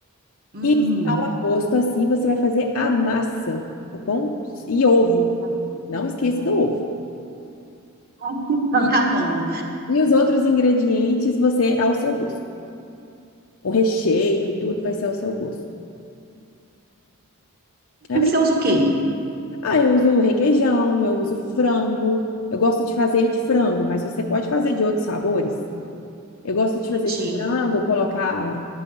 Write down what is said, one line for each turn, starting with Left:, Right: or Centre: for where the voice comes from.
Right: Hum.
Left: e sal a gosto, assim você vai fazer a massa, tá bom? E ovo.
Right: Tá bom.
Left: Não esqueça do ovo.
Right: <laughs>
Left: E,
Right: Tá bom.
Left: e os outros ingredientes você ao seu gosto. O recheio e tudo vai ser ao seu gosto. Tá
Right: Você
Left: bem?
Right: usa o quê?
Left: Ah, eu uso requeijão, eu uso frango. Eu gosto de fazer de frango, mas você pode fazer de outros sabores. Eu gosto de
Right: Entendi.
Left: fazer de frango, colocar